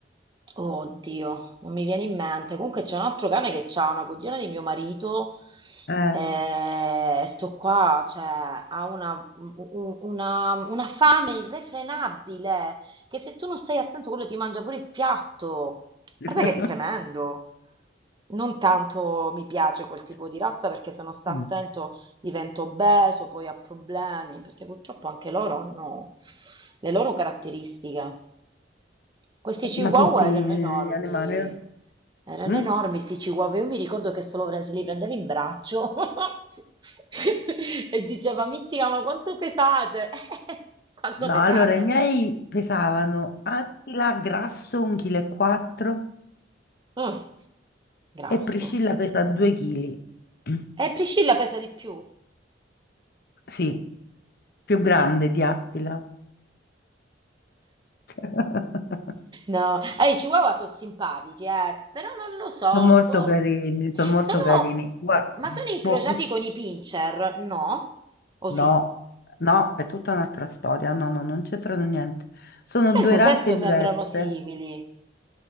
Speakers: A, on the right; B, on the left.
A: Oddio, non mi viene in mente. Comunque c'è un altro cane che c'ha una cugina di mio marito.
B: Eh.
A: Mm. E sto qua, cioè, ha una, un- una- una fame irrefrenabile che se tu non stai attento, quello ti mangia pure il piatto.
B: <laughs>
A: Guarda che è tremendo. Non tanto mi piace quel tipo di razza perché se non sta
B: Mm.
A: attento diventa obeso, poi ha problemi, perché purtroppo anche loro hanno le loro caratteristiche. Questi chihuahua
B: Ma tutti eh,
A: erano enormi,
B: gli animali? eh?
A: erano
B: Mm?
A: enormi questi chihuahua. Io mi ricordo che solo pre- se li prendevi in braccio <laughs> e diceva, Mizzica, ma quanto pesate? <laughs> Quanto
B: No,
A: pesate?
B: allora i miei pesavano Attila grasso 1,4 kg e quattro
A: Mm, grasso.
B: e Priscilla pesa 2 kg. <clears throat>
A: E Priscilla pesa di più.
B: Sì, più grande di Attila. <laughs>
A: No, eh, i Chihuahua sono simpatici, eh, però non lo so,
B: Sono molto
A: boh.
B: carini, sono molto
A: Sono,
B: carini. Guarda,
A: ma sono incrociati
B: boh,
A: con i pincher? No? O
B: No,
A: sì?
B: no, è tutta un'altra storia. No, no, non c'entrano niente. Sono
A: Però
B: due
A: il musetto
B: razze diverse.
A: sembrano simili